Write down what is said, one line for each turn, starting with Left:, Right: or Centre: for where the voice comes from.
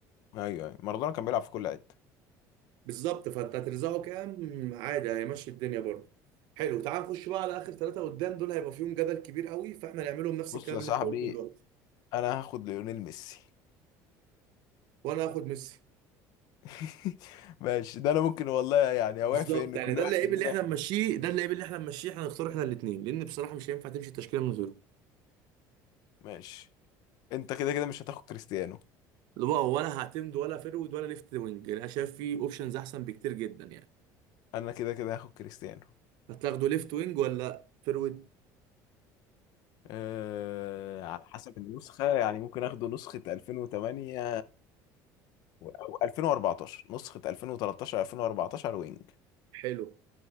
Left: ايوه ايوه مارادونا كان بيلعب في كل حته
Right: بالظبط فانت هترزعه كام عادي هيمشي الدنيا برضو حلو تعال نخش بقى على اخر ثلاثه قدام دول هيبقى فيهم جدل كبير قوي فاحنا نعملهم نفس
Left: بص
Right: الكلام
Left: يا
Right: اللي
Left: صاحبي
Right: انت قلته دلوقتي
Left: انا هاخد ليونيل ميسي
Right: وانا هاخد ميسي
Left: <laughs> ماشي ده انا ممكن والله يعني اوافق
Right: بالظبط
Left: ان
Right: يعني
Left: كل
Right: ده
Left: واحد
Right: اللعيب
Left: مننا
Right: اللي احنا
Left: ياخد
Right: نمشيه ده اللعيب اللي احنا نمشيه احنا نختار احنا الاثنين لان بصراحه مش هينفع تمشي التشكيله من غيره
Left: ماشي انت كده كده مش هتاخد كريستيانو
Right: اللي هو ولا هعتمد ولا فيرود ولا ليفت وينج انا شايف فيه اوبشنز احسن بكتير جدا يعني
Left: انا كده كده هاخد كريستيانو
Right: هتاخده ليفت وينج ولا فيرويد
Left: أه... على حسب النسخة يعني ممكن اخده نسخة 2008 و- او 2014 نسخة 2013 2014 وينج
Right: حلو